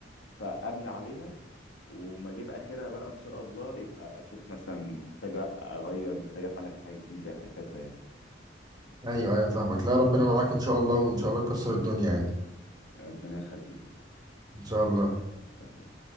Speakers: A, on the left (about 75°); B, on the right (about 20°).
A: فابني عليها وما اجيب اخرها بقى ان شاء الله يبقى اشوف مثلا محتاجه اغير محتاجه اتعلم حاجه جديده هكذا يعني
B: لأ؟ أيوه أيوه فاهمك لا ربنا معاك إن شاء الله وإن شاء الله تكسر الدنيا يعني
A: ربنا يخليك
B: إن شاء الله
A: تمام